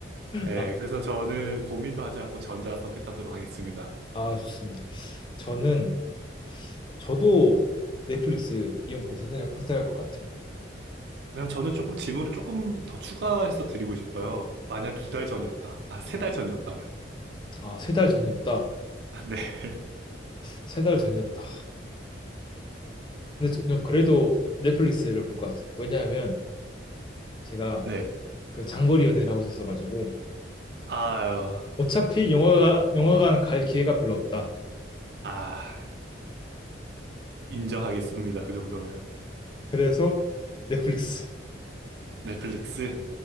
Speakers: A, on the right; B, on the left.
A: 네.
B: 아,
A: 그래서 저는 고민도 하지 않고 전자 선택하도록 하겠습니다.
B: 아, 좋습니다. 저는, 저도 넷플릭스 이용권 선택- 선택할 것 같아요.
A: 그럼 저는 조금 질문을 조금 더 추가해서 드리고 싶어요. 만약 두 달 전이었다. 아, 세 달 전이었다면.
B: 아, 세 달 전이었다.
A: 아, 네. <laughs>
B: 세 달 전이었다. 근데 저- 전 그래도 넷플릭스를 볼 것 같아요. 왜냐하면 제가
A: 네.
B: 그 장거리 연애를 하고 있었어가지고
A: 아유.
B: 어차피 영화관, 영화관 갈 기회가 별로 없다.
A: 아, 인정하겠습니다. 그 정도면.
B: 그래서 넷플릭스.
A: 넷플릭스.